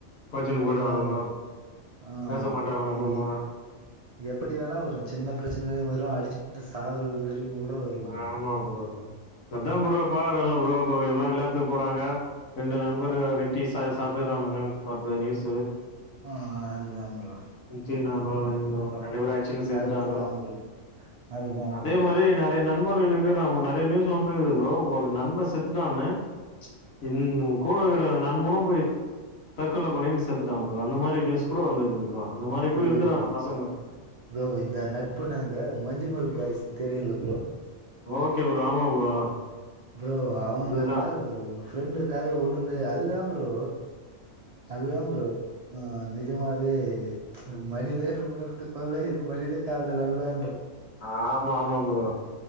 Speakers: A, on the left (about 85°); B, on the right (about 55°).
A: கோச்சினு
B: அதுதா
A: போயிடுவானுங்கோ
B: ப்ரோ ஆ
A: பேச மாட்டானுங்க அப்றமா
B: இது எப்டி வேணா வரு சின்ன பிரச்சனைல வரு அடிச்சுட்டு சாகுறது வர திம் கூட வரு ப்ரோ
A: ஆமா ப்ரோ அதா ப்ரோ பாகுறோல்லா ப்ரோ இப்ப எல்லா விளாத்துக்கு போறாங்க ரெண்டு நண்பரு வெட்டி ச சாதுரானுங்கன் வருது நியூஸு
B: ஆ அதுதா ப்ரோ
A: குச்சினானுங்கோ ரெண்டு பேரு அச்சின் செத்துட்டானுங்கோ
B: கரெக்ட் தா ப்ரோ அதுதா
A: அதே
B: ப்ரோ
A: மாரி நா எ நண்பர்கள் இருகுறாங்க நெறய நியூஸ்ல வந்துருக்குது ப்ரோ ஒரு நண்பர் செத்துட்டான்னு இன் கூட இருக்ற நண்பனும் போயிட் தற்கொல பண்ணின்னு செத்துட்டா ப்ரோ அந்த மாரி நியூஸ் கூட வந்துருக்கு ப்ரோ அந்த மாதிரி
B: புரியுது
A: கூட இருக்கிறாங்க
B: ப்ரோ
A: பசங்க
B: ப்ரோ இந்த நட்புனா இந்த மஞ்சுமேல் பாய்ஸ் தெரியுல்ல ப்ரோ
A: ஓகே ப்ரோ ஆமா ப்ரோ
B: ப்ரோ அவுங்க
A: அதுதான்
B: பாரு ப்ரோ ஒரு ஃப்ரெண்டுக்காக உளுந்து அதுதா ப்ரோ அதுதா ப்ரோ ஆ நெஜமாவே மனிதர் உணர்ந்து கொல்ல இது மனித காதல் அல்ல
A: ஆமா ஆமா ப்ரோ